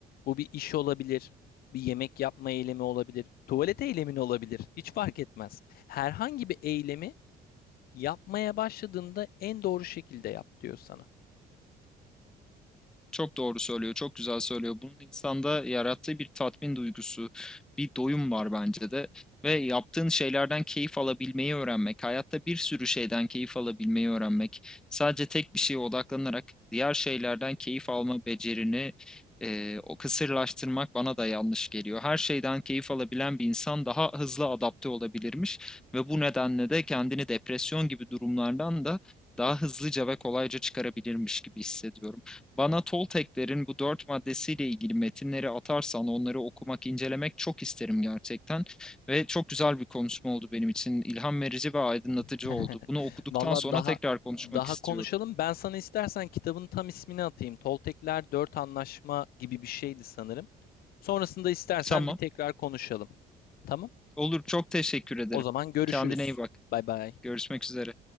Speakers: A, on the left; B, in the centre.
A: bu bir iş olabilir, bir yemek yapma eylemi olabilir, tuvalet eylemin olabilir, hiç fark etmez. Herhangi bir eylemi yapmaya başladığında en doğru şekilde yap diyor sana.
B: Çok doğru söylüyor, çok güzel söylüyor. Bunun insanda yarattığı bir tatmin duygusu, bir doyum var bence de. Ve yaptığın şeylerden keyif alabilmeyi öğrenmek, hayatta bir sürü şeyden keyif alabilmeyi öğrenmek, sadece tek bir şeye odaklanarak diğer şeylerden keyif alma becerini eee, o kısırlaştırmak bana da yanlış geliyor. Her şeyden keyif alabilen bir insan daha hızlı adapte olabilirmiş ve bu nedenle de kendini depresyon gibi durumlardan da daha hızlıca ve kolayca çıkarabilirmiş gibi hissediyorum. Bana Tolteklerin bu dört maddesiyle ilgili metinleri atarsan onları okumak, incelemek çok isterim gerçekten. Ve çok güzel bir konuşma oldu benim için. İlham verici ve aydınlatıcı
A: <laughs>
B: oldu. Bunu okuduktan
A: Valla
B: sonra
A: daha
B: tekrar konuşmak
A: daha
B: istiyorum.
A: konuşalım. Ben sana istersen kitabın tam ismini atayım. Toltekler Dört Anlaşma gibi bir şeydi sanırım. Sonrasında istersen
B: Tamam.
A: bir tekrar konuşalım. Tamam?
B: Olur. Çok teşekkür ederim.
A: O zaman görüşürüz.
B: Kendine iyi bak.
A: Bay bay.
B: Görüşmek üzere.